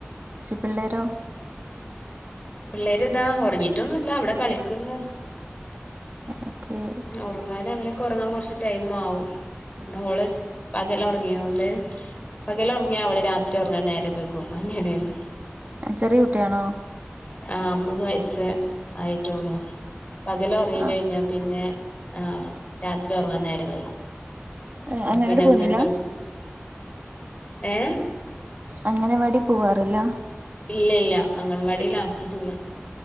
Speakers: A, on the right; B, on the left.
A: പിള്ളരോ
B: പിള്ളേര്താ ഉറങ്ങിട്ടൊന്നുല്ല അവിടെ കളിക്കന്ന്
A: ഓക്കെ
B: ഉറങ്ങാന അവരെ ഉറങ്ങാൻ കുറച്ച് ടൈം ആവും മോള് പകല ഉറങ്ങിയോണ്ട് പകല ഉറങ്ങിയ അവള് രാത്രി ഉറങ്ങാൻ നേരം വെക്കും അങ്ങനെയാണ്
A: ചെറിയ കുട്ടിയാണോ
B: ആ മൂന്ന് വയസ്സ് ആയിട്ടള്ളൂ പകല ഉറങ്ങിക്കഴിഞ്ഞ
A: ആഹ്
B: പിന്നെ ആഹ് രാത്രി ഉറങ്ങാൻ നേരം വെഗും
A: ഏഹ്
B: അ
A: അങ്ങനവാടി
B: പിന്നെ
A: പോകുന്നില്ല
B: അങ്ങനെ കഴിച്ചു ഏ
A: അങ്ങനവാടി പോവാറില്ല
B: ഇല്ല ഇല്ല അംഗൻവാടിൽ ആക്കിട്ടില്ല